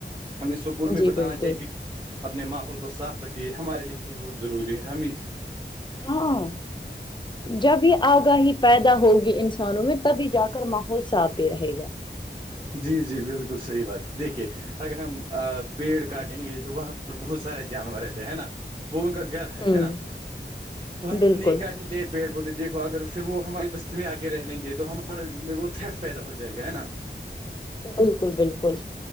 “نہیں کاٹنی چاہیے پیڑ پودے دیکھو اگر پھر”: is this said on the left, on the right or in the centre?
Right